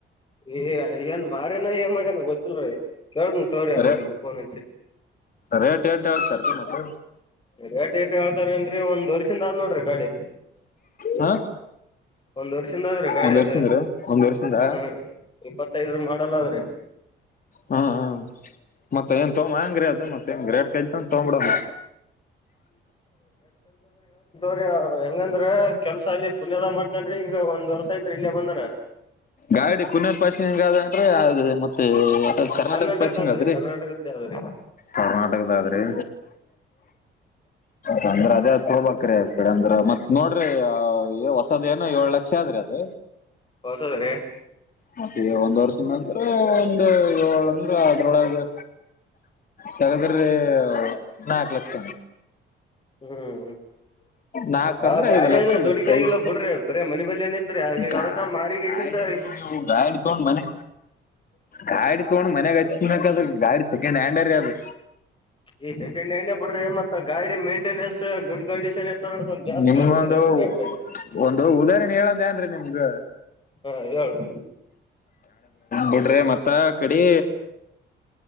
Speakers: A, on the left (about 25°); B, on the left (about 45°).
A: ಏ ಏನ್ ಮರೆ ನ ಎ ಮಾಡ ಗೊತ್ತಿಲ್ಲ ರ ಕೆವತ ತೋರ
B: ರೇ
A: ೋನ್
B: ರೇಟ್ ೇಟ್ ಹೇಳ್ತಾರೆತ್ತೆ
A: ರೇಟ್ ಏಟ ಹೇಳ್ತಾರೇಏನ್ರರಿ ಒಂದ್ ವರ್ಷಿಂದ ಆದ್ ನೋಡ್ರಿ ಗಾಡಿ
B: ಹಾ
A: ಒಂದ್ ವರ್ಷಿಂದ ಆದ್ರಿ ಗಾಡಿ
B: ಒಂದ್
A: ಅದ
B: ವರ್ಷ ಅಂದ್ರ ಒಂದ್ ವರ್ಷಿಂದ
A: ಹ್ಮ ರೀ ಇಪ್ಪತ್ತೈದ್ರ ಮಾಡಲ್ ಆದ್ರಿ
B: ಹ್ಮ ಹ್ಮ ಮತ್ತೆ ಏನ್ ತೋ ಹೆಂಗ್ರ ಅದು ಮತ್ತೆ ಹೆಂಗ ಕೇಕಂತ ತೊಂಬಬಿದಮ್
A: ್ರ ಹೆಂಗಂದ್ರ ಕೆಲ್ಸ ಅಲ್ಲಿ ಪುನ್ಯದ ಮಾಡ್ತನ್್ರಿ ಈಗ ಒಂದ್ ವರ್ಷ ಐತ್ರಿ ಇಲ್ಲೇ ಬಂದನ
B: ಗಾಡಿ ಪುನರ್ಪಾಸಗಾದ ಅಂದ್ರೆ ಅದು ಮತ್ತೆ ಅ ಕರ್ನಾಟಕ
A: ಕರ್ನಾಟಕದ
B: ಪಷಿಂಗ ಅದ್ರಿ
A: ಕರ್ನಾಟಕದ್ದೇ ಅದ್ರಿ
B: ಕರ್ನಾಟಕದ ಆದ್ರಿ ತಂದ್ರೆ ಅದೇ ೋ ಬಕ್ರ ಆಗ್ತಾರೆ ಅಂದ್ರ ಮತ್ ನೋಡ್ರಿ ಹೊಸದೇಏನೋ ಏಳ್ ಲಕ್ಷ ಆದ್ರಿ ಅದ
A: ಹೊಸದ ರೀ
B: ಮತ್ತೆ ಒಂದ್ ವರ್ಷದ ನಂತ್ರ ಒಂದ ಏಳ ಅಂದ್ರ ಅದ್ರೊಳಗೆ ತಗದ್ರೆ ನಾಕು ಲಕ್ಷ
A: ಹ್ಮ್
B: ನಾಕ್
A: ಹಾ
B: ಅಂದ್ರೆ
A: ಗಾಡಿಯನ
B: ಐದು ಲಕ್ಷ
A: ದುಡಕಿ ಆಗಿಲ್ಲ
B: ಐದ್
A: ಬಿಡ್ರಿ ಬರೀ ಮನೆ ಬಳಏಂದ್ರಿಗ
B: ಗಾ
A: ಅದಕ್ಕ ಮಾರಿಗೇಶನ್ದ
B: ಗಾಡಿ ಗಾಡಿ ತೊಂಡ ಮನೆ ಗಾಡಿ ತೊಂಡ್ ಮನೆಗೆಚ್ನ ಕದ ಗಾಡಿ ಸೆಕೆಂಡ್ ಹ್ಯಾಂಡ್ ಅರ್ ಅದು
A: ಈ ಸೆಕೆಂಡ್ ಹ್ಯಾಂಡೇ ಬಿಡ್ರಿ ಮತ್ತ ಗಾಡಿ ಮೇಂಟೆನೆನ್ಸ್ ಗುಡ್ ಕಂಡೀಷನ್ ಇತ್ತಂದ್ರ ಸ್ವಲ್ಪ ಜಾಸ್ತಿ
B: ನಿಮ್ಗೊಂದು
A: ಇರ್ತದ್ರಿ ರೇಟ್
B: ಒಂದು ಉದಾಹರಣೆ ಹೇಳಂದ ಏನ್ರಿ ನಿಮ್ಗ
A: ಹಾ ಹೇಳ್ರಿ
B: ಬಿಡ್ರಿ ಮತ್ತ ಕಡಿ